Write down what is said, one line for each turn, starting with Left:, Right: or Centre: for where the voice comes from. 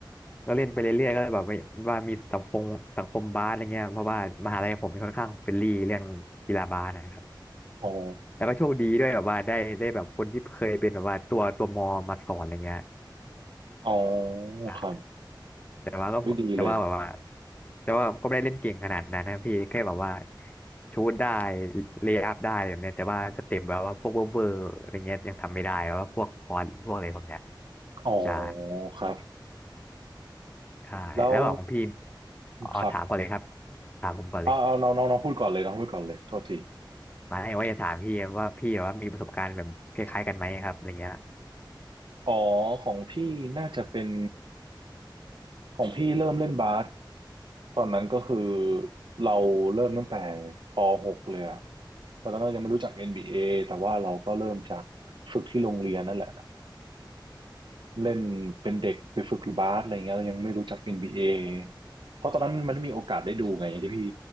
Left: ก็เล่นไปเรื่อยๆก็เลยแบบว่ามีสังคมสังคมบาสอะไรเงี้ยเพราะว่ามหาลัยผมเป็นค่อนข้างเฟรนลี่เรื่องกีฬาบาสนะครับ
Right: อ๋อ
Left: แล้วก็โชคดีด้วยแบบว่าได้ได้แบบคนที่เคยเป็นแบบว่าตัวตัวมอมาสอนอะไรเงี้ย
Right: อ๋อ
Left: อ่ะ
Right: ครับ
Left: แต่ว่าก็แต่ว่าแบบว่า
Right: ไม่ดีเลย
Left: แต่ว่าก็ไม่ได้เล่นเก่งขนาดนั้นนะพี่แค่แบบว่าชูตได้เลย์อัพได้แบบเนี้ยแต่ว่าสเต็ปแบบว่าพวกเวอร์เวอร์อะไรเงี้ยยังทำไม่ได้แบบว่าพวกคอนพวกอะไรพวกเนี้ย
Right: อ๋อ
Left: ใช่
Right: ครับ
Left: ใช่แล้วแบบของพี่
Right: แล้ว
Left: อ๋อถามก่อนเลยครับ
Right: ครับ
Left: ถามผมก่อนเลย
Right: เอาเอาน้องน้องน้องพูดก่อนเลยน้องพูดก่อนเลยโทษที
Left: มาให้ว่าจะถามพี่ว่าพี่แบบว่ามีประสบการณ์แบบคล้ายๆกันไหมครับอะไรเงี้ย
Right: อ๋อของพี่น่าจะเป็น ของพี่เริ่มเล่นบาสตอนนั้นก็คือเราเริ่มตั้งแต่ป .6 เลยอะตอนนั้นเรายังไม่รู้จัก NBA แต่ว่าเราก็เริ่มจากฝึกที่โรงเรียนนั่นแหละเล่นเป็นเด็กไปฝึกบาสอะไรเงี้ยเรายังไม่รู้จัก NBA เอเพราะตอนนั้นมันไม่มีโอกาสได้ดูไงอย่างที่พี่